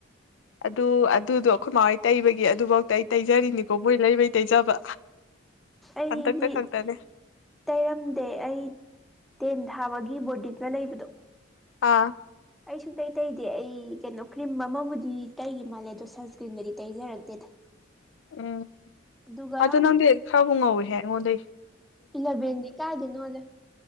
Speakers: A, on the left; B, in the centre.
A: ꯑꯗꯨ ꯑꯗꯨꯗꯣ ꯑꯩꯈꯣꯏ ꯃꯥꯍꯣꯏ ꯇꯩꯕꯒꯤ ꯑꯗꯨꯕꯧ ꯑꯩ ꯇꯩꯖꯔꯤꯅꯤꯀꯣ ꯃꯣꯏ ꯂꯩꯕꯩ ꯇꯩꯖꯕ
B: ꯑꯩꯗꯤ
A: ꯍꯟꯗꯛꯇ ꯈꯛꯇꯅꯦ
B: ꯇꯩꯔꯝꯗꯦ ꯑꯩ ꯇꯦꯟ ꯊꯥꯕꯒꯤ ꯕꯣꯔꯗꯤꯡꯒ ꯂꯩꯕꯗꯣ
A: ꯑꯥ
B: ꯑꯩ ꯁꯨꯡꯇꯩ ꯇꯩꯗꯦ ꯑꯩ ꯀꯩꯅꯣ ꯀ꯭ꯔꯤꯝ ꯑꯃꯕꯨꯗꯤ ꯇꯩꯈꯤ ꯃꯥꯜꯂꯦ ꯑꯗꯣ ꯁꯟꯁ꯭ꯀ꯭ꯔꯤꯟꯒꯗꯤ ꯇꯩꯖꯔꯛꯇꯦꯗ
A: ꯎꯝ
B: ꯑꯗꯨꯒ
A: ꯑꯗꯨ ꯅꯪꯗꯤ ꯈꯔꯕꯨ ꯉꯧꯋꯤꯍꯦ ꯑꯩꯉꯣꯟꯗꯒꯤ
B: ꯏꯂꯥꯕꯦꯟꯗꯤ ꯀꯥꯏꯗꯩꯅꯣꯗꯥ